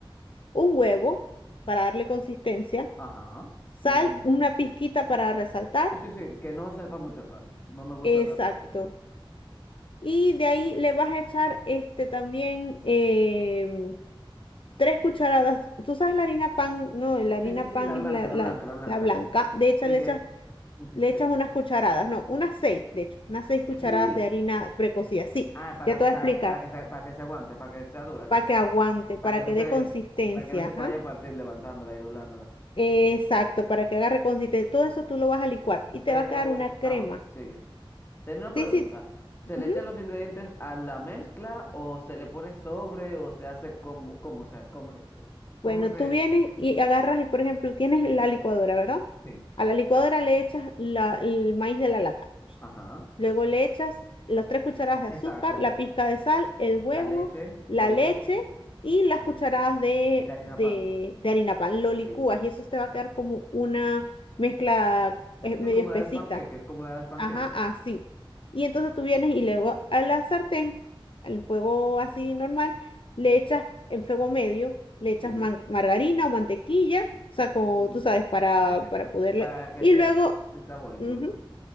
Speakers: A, on the left (about 65°); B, on the left (about 25°).
A: un huevo para darle consistencia,
B: Ajá,
A: sal,
B: bien, bien.
A: una pizquita para resaltar.
B: Sí, sí, sí, que no sepa mucho sal. No me gusta
A: Exacto.
B: tanto eso.
A: Y de ahí le vas a echar este también em, tres cucharadas. Tú sabes la harina pan, no, la harina
B: Sí, sí, sí,
A: pan
B: la blanca,
A: es la,
B: la
A: la,
B: blanca, la blanca.
A: la blanca. De hecho,
B: Sí,
A: le
B: que.
A: echas
B: ujú,
A: le echas
B: sí.
A: unas cucharadas, no, unas seis, de hecho, unas seis cucharadas
B: ¿Qué?
A: de harina precocida. Sí,
B: Ah, para,
A: ya te
B: para,
A: voy a explicar,
B: para que se, para que se aguante, para que sea dura.
A: para que aguante, para
B: Para que no
A: que
B: se,
A: dé consistencia,
B: para que no se
A: ajá.
B: vaya a partir levantándola y doblándola.
A: Exacto, para que agarre consistencia. Todo eso tú lo vas a licuar y
B: Pero,
A: te va a quedar una crema.
B: ah, bueno, sigue. Tenía una pregunta.
A: Sí, sí.
B: ¿Se
A: ujú.
B: le echan los ingredientes a la mezcla o se le pone sobre o se hace como, cómo, se cómo se hace?
A: Bueno,
B: ¿Cómo se...?
A: tú vienes y agarras, y por ejemplo, tienes la licuadora, ¿verdad?
B: Sí.
A: A la licuadora le echas la- el maíz de la lata.
B: Ajá.
A: Luego le echas las tres cucharadas de
B: Exacto.
A: azúcar, la pizca de sal, el huevo,
B: La leche,
A: la
B: el huevo.
A: leche y las cucharadas de,
B: de harina
A: de,
B: pan.
A: de harina pan. Lo licúas
B: Sí, bien.
A: y eso te va a quedar como una mezcla eh, medio
B: Sí, como
A: espesita.
B: la de los panqueques, como la de los panqueques.
A: Ajá, así. Y entonces tú vienes y luego a la sartén, al fuego así normal, le echas en fuego medio, le echas
B: Sí.
A: man- margarina o mantequilla, o sea, como
B: Mm,
A: tú sabes, para,
B: Sí, sí,
A: para
B: sí.
A: poderle.
B: Para que
A: Y
B: se
A: luego.
B: el sabor incluso.
A: ujú,